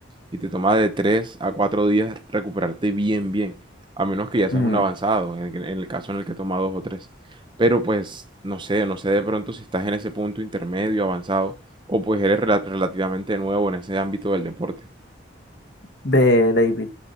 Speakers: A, on the right; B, on the left.
A: y te toma de 3 a 4 días recuperarte bien, bien a menos que ya seas
B: mm,
A: un avanzado, en, en el caso en el que toma dos o tres. Pero pues, no sé, no sé de pronto si estás en ese punto intermedio, avanzado, o pues eres rela- relativamente nuevo en ese ámbito del deporte.
B: De David.